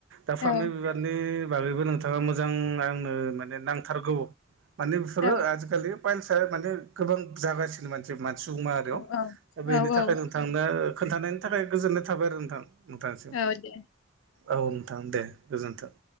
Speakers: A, on the right; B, on the left.
A: दा फामे
B: औ
A: बिबार नि बागैबो नोंथाङा मोजां नो आंनो माने नांथारगौ माने बेफुरो
B: औ
A: आजिखालि पाइलसा माने गोबां जागासिनो मानसि सुबुमाहारियाव
B: औ
A: दा
B: औ
A: बेनि
B: औ
A: थाखाय नोंथांनो खोन्थानायनि थाखाय गोजोननाय थाबाय आरो नोंथां बेयावनो थासिगोन
B: औ दे
A: औ नोंथां दे गोजोनथों